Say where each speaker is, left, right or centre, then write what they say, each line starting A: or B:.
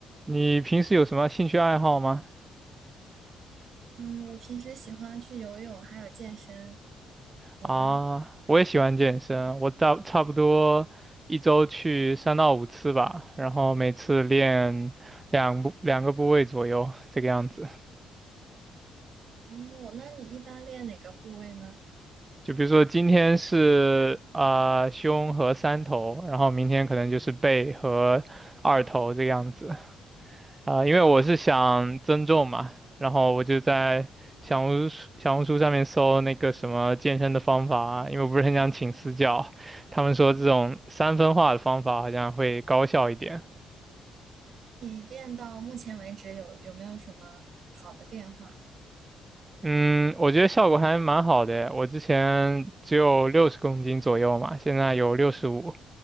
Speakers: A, on the right (about 20°); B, on the right (about 60°).
A: 你平时有什么兴趣爱好吗？
B: 嗯，我平时喜欢去游泳，还有健身。你呢？
A: 啊，我也喜欢健身，我到差不多一周去三到五次吧，然后每次练两部两个部位左右，这个样子。
B: 哦，那你一般练哪个部位呢？
A: 就比如说今天是啊、呃胸和三头，然后明天可能就是背和二头这个样子。啊，因为我是想增重嘛，然后我就在小红书小红书上面搜那个什么健身的方法啊，因为我不是很想请私教，他们说这种三分化的方法好像会高效一点。
B: 嗯，那你练到目前为止有有没有什么好的变化？
A: 嗯，我觉得效果还蛮好的，我之前只有六十公斤左右嘛，现在有六十五。